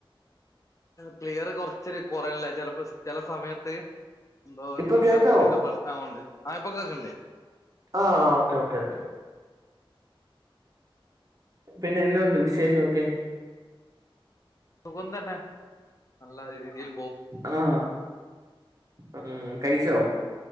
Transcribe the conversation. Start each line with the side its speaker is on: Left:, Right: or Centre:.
Left: ക്ലിയറ് കൊറച്ചൊരു കൊറയലല്ലേ ചെലപ്പോ ചെല സമയത്ത് എന്തോ
Right: ഇപ്പൊ
Left: ഇന്റർനെറ്റിന്റെ
Right: കേക്കാവോ
Left: പ്രശനാവോണ്ട് ആഹ് ഇപ്പൊ കേക്ക്ണ്ട്
Right: ആഹ് ഓക്കെ ഓക്കെ ഓക്കെ പിന്നെ എന്നാ ഒണ്ട് വിശേഷൊക്കെ?
Left: സുഖം തന്നെ നല്ല രീതിൽ
Right: ആഹ് ഉം കയിച്ചോ?